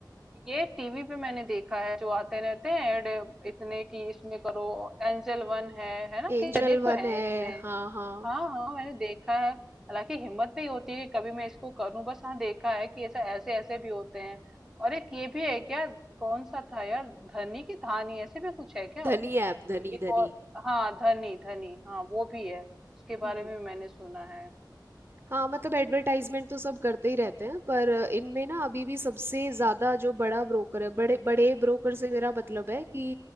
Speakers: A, in the centre; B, on the right (about 30°).
A: ये टीवी पे मैंने देखा है जो आते रहते हैं ऐड इतने की इसमें करो एंजल वन है है ना
B: एंजल
A: कितने तो
B: वन
A: हैं
B: है
A: इसमें
B: हाँ हाँ
A: हाँ हाँ मैंने देखा है हालांकि हिम्मत नहीं होती कि कभी मैं इसको करूं बस हाँ देखा है कि ऐसा ऐसे ऐसे भी होते हैं और एक ये भी है क्या कौन सा था यार धनी की धानी ऐसे भी कुछ है क्या
B: धनी ऐप
A: कोई
B: धनी
A: एक
B: धनी
A: और हाँ धनी धनी हाँ वो भी है उसके
B: हम्म
A: बारे में भी मैंने सुना है
B: हाँ मतलब एडवर्टाइजमेंट तो सब करते ही रहते हैं पर इनमें ना अभी भी सबसे ज्यादा जो बड़ा ब्रोकर है बड़े बड़े ब्रोकर से मेरा मतलब है कि